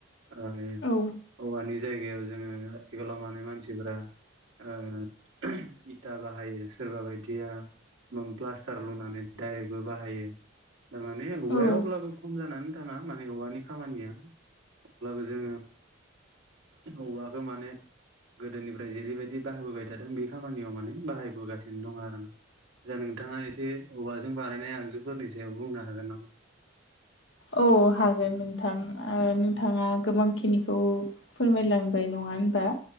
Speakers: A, on the right; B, on the left.
A: आरो
B: औ
A: औवानि जायगायाव जोङो आथिखालाव माने मानसिफोरा ओ इथा बाहायो सोरबा बायदिया प्लास्टार लुनानै दडाइरेक्टबो बाहायो थारमाने औवाया
B: औ
A: अब्लाबो खम जानानै थाङा माने औवानि खामानिया अब्लाबो जोङो औवाखौ माने गोदोनिफ्राय जेरैबायदि बाहाबोबबाय थादों बे खामानियाव माने बाहायबोगासिनो दङ' आरोना दा नोंथाङा एसे औवाजों बानायनाय आगोलफोरनि सायाव बुंनो हागोन नामा?
B: औ हागोन नोंथां ओ नोंथाङा गोबां खिनिखौ फोरमायलांबाय नङा। होमबा